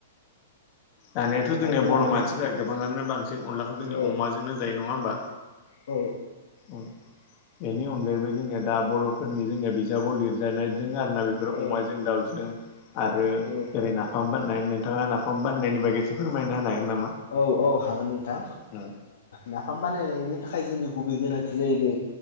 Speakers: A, on the left; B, on the left.
A: दानिाथ'
B: अमाजों
A: जोंनिया बर'
B: नारजि
A: मानसिफ्रा गोबांङानो बांसिन अनलाखौ जोंनि
B: औ
A: अमाजोंनो जायो नङा होमबा
B: औ
A: औ बेनि अनगायैबो जोङो दा बर'फोरनि जोङो बिजाबाव लिरजानायजों आरो होना बेफोराव
B: औ
A: अमाजों दाउजों आरो
B: औ
A: जेरै नाफाम बाननाय नोंथाङा नाफाम बाननायनि बागैसो फोरमायनो होनो हागोन नामा
B: औ औ हागोन नोंथां
A: औ
B: नाफाम बानायनायनि थाखाय जोंनि गुबै गोनांथि जायो बे